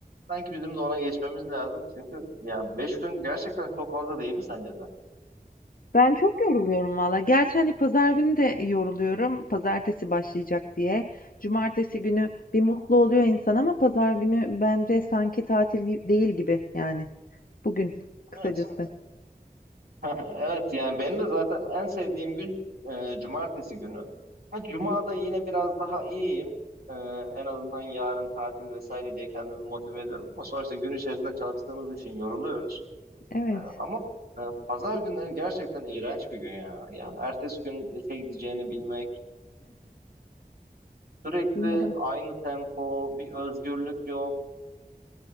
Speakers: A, on the right; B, on the left.
A: Sanki bizim de ona geçmemiz lazım. Çünkü ya 5 gün gerçekten çok fazla değil mi sence de?
B: Ben çok yoruluyorum valla. Gerçi hani pazar günü de yoruluyorum. Pazartesi başlayacak diye. Cumartesi günü bir mutlu oluyor insan ama pazar günü bence sanki tatil gi- değil gibi yani. Bugün kısacası.
A: Evet. <laughs> Evet yani benim de zaten en sevdiğim gün e, cumartesi günü. Ha cumada yine biraz daha iyiyim. E, en azından yarın tatil vesaire diye kendimi motive ediyorum. Ama sonuçta gün içerisinde çalıştığımız için yoruluyoruz.
B: Evet,
A: E, ama e, pazar günleri gerçekten iğrenç bir gün ya. Yani ertesi gün işe gideceğini bilmek, sürekli
B: doğru.
A: aynı tempo, bir özgürlük yok.